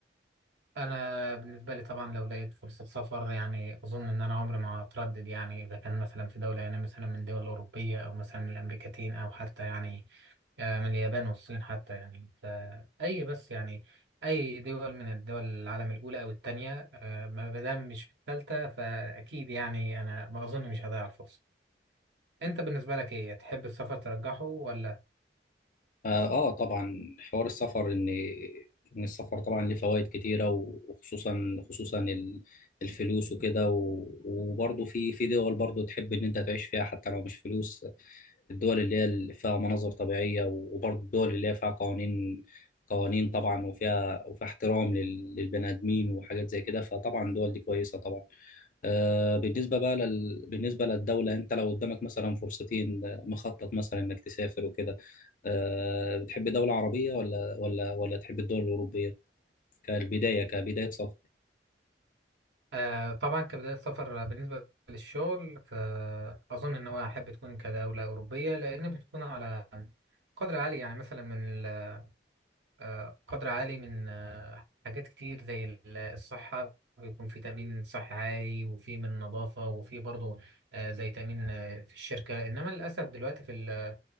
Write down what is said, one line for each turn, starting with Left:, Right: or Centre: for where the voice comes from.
Right: انا بالنسبه لي طبعا لو لقيت فرصه سفر يعني اظن ان انا عمري ما هتردد يعني اذا كان مثلا في دوله يعني مثلا من دول اوروبيه او مثلا من الامريكتين او حتى يعني آه، من اليابان والصين حتى يعني فاي بس يعني اي دول من الدول العالم الاولى او الثانيه ما دام مش في الثالثه فاكيد يعني انا ما اظن مش هضيع الفرصه انت بالنسبه لك ايه تحب السفر ترجحه ولا
Left: آه, آه طبعا حوار السفر إن إن السفر طبعا ليه فوائد كتيرة وخصوصا خصوصا ال- الفلوس وكده و- وبرضه في في دول برضه تحب إن أنت تعيش فيها حتى لو مش فلوس الدول اللي هي اللي فيها مناظر طبيعية وبرضه الدول اللي هي فيها قوانين قوانين طبعا وفيها وفيها احترام لل- للبني آدمين وحاجات زي كده فطبعا الدول دي كويسة طبعا آه، بالنسبة بقى لل... بالنسبة للدولة أنت لو قدامك مثلا فرصتين آه، مخطط مثلا إنك تسافر وكده آه، بتحب دولة عربية ولا ولا ولا تحب الدول الأوروبية كالبداية كبداية سفر
Right: آه، طبعا كبداية سفر بالنسبة للشغل فأظن إن هو أحب تكون كدولة أوروبية لأن بتكون على قدر عالي يعني مثلا من ال- آه، قدر عالي من آه، حاجات كتير زي ال- الصحة بيكون في تأمين صحي عالي وفي من نظافة وفي برضه آه، زي تأمين آه، في الشركة إنما للأسف دلوقتي في ال